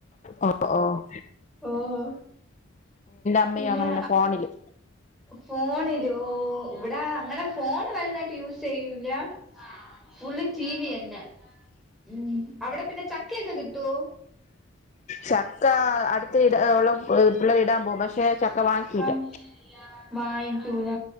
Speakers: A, on the left; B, in the centre.
A: ഓഹ് ഓഹ്
B: ഓഹ്
A: അമ്മയും
B: പിന്നെ
A: അങ്ങനെന്നെ ഫോണില്
B: ഫോണിയില്ലയോ ഓഹ് ഇവിടെ അങ്ങനെ ഫോൺ വലിതായിട്ട് യൂസ് ചെയ്യൂല ഫുൾ ടിവി തന്നെ ഉം അവിടെ പിന്നെ ചക്കയൊക്കെ കിട്ടുവേ
A: ചക്ക അടുത്ത് ഉള്ള പിള്ളേർ ഇടാൻ പോ പക്ഷെ. ചക്ക വാങ്ങിച്ചിലാ
B: ആഹ് വാങ്ങിക്കൂല